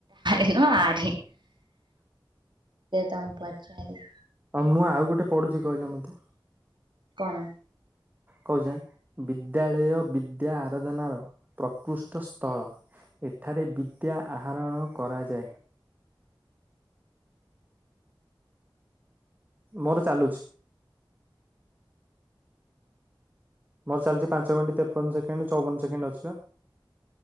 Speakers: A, on the right; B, on the right.
A: ଏନ ଆଠ। ତାଙ୍କୁ ପଚାରିଲି
B: ଆଉ ମୁଁ ଆଉ ଗୋଟେ। ପଡ଼ୁଛି କହିଲା ମୋତେ।
A: କଣ?
B: କହୁଛେ ବିଦ୍ୟାଳୟ ବିଦ୍ୟା ଆରାଧନାର ପ୍ରକୃଷ୍ଟ ସ୍ଥଳ ଏ। ଏଠାରେ ବିଦ୍ୟା ଆହରଣ କରାଯାଏ। ମୋର ଚାଲୁଛି। ମୋର ଚାଲିଚି ପାଞ୍ଚ ମିନିଟ ତେପନ ସେକେଣ୍ଡ ଚଉବନ ସେକେଣ୍ଡ ଅଛିିବା।